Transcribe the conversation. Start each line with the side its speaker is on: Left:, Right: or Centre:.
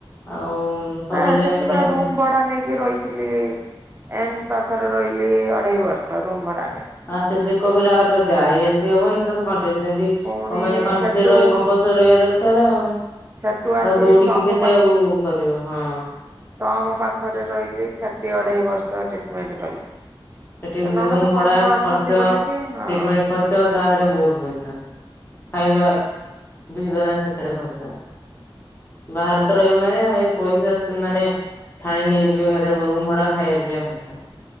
Left: ଆଉ ସବୁବେଳେ
Right: <unintelligible> ସେଠିପା
Left: ଏମିତି ଏମିତି
Right: ରୁମ ଭ ଭଡା ନେଇକି ରହିଥିଲି ଏମସ ପାଖରେ ରହିଲି ଅଢେଇ ବର୍ଷ ରୁମ ଭଡା ନେଇକି।
Left: ଆ ସେ ଚେକପ ହେଲେ ଆଉ ତ ଯାଇ ଆସି ହବନି ତ କଂଟିନୁୟସ ସେମତି
Right: ପୁଣି
Left: କ ମାନେ କଂଟିନୁୟସ
Right: ସେଠୁ
Left: ରହିବ କମ୍ପଲସ ରହିବା ଦରକାର ଆଉ।
Right: ସେଠୁ ଆସିକି
Left: ଆଉ ଦୌଡିକି
Right: ସମ
Left: କେତେ ଆଉ କରିବ ହଁ।
Right: ତମ ପାଖରେ ରହିଲି ସେଠି ଅଢ଼େଇ ବର୍ଷ ଟ୍ରିଟମେଣ୍ଟ କଲି।
Left: ସେଠି
Right: ନଣନ୍ଦ
Left: ରୁମ ଭଡା
Right: ଫଣନ୍ଦ ଅଛନ୍ତି
Left: ଖର୍ଚ
Right: ବୋଲିକି
Left: <unintelligible>
Right: ହଁ
Left: ଖର୍ଚ ତା ଦେହରେ ବହୁତ ପଇସା ଖାଇବା ଦୋଇବା ସେଥିରେ ଖର୍ଚ। ବାହାରତ ରହିବା ମାନେ ଏଇ ପଇସା ଚ ମାନେ ଛାଣି ନେଇଯିବେ ଏକାଥରେ ରୁମ ଭଡା ଖାଇବା ପିଇବା ଖର୍ଚ୍ଚ।